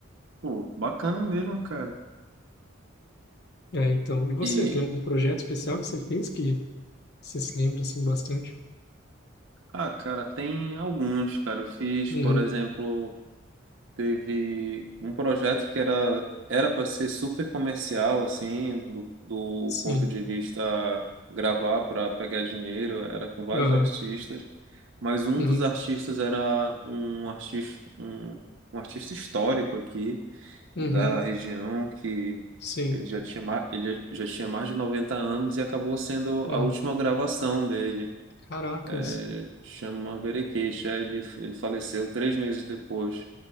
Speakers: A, on the right; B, on the left.
A: Pô, bacana mesmo, cara.
B: É, então, e você,
A: E
B: tem algum projeto especial que você fez que você se lembra, assim, bastante?
A: Ah, cara, tem alguns, cara. Eu fiz,
B: Uhum,
A: por exemplo, teve um projeto que era era para ser super comercial, assim, do, do
B: sim.
A: ponto de vista gravar para pegar dinheiro, era com vários
B: Aham,
A: artistas, mas um
B: uhum,
A: dos artistas era um artista um, um artista histórico aqui
B: uhum,
A: da região que
B: sim,
A: ele já tinha ma- ele já tinha mais de 90 anos e acabou sendo
B: uhum,
A: a última gravação dele
B: caracas,
A: é, chama Verekesh. Aí Ele, ele faleceu três meses depois.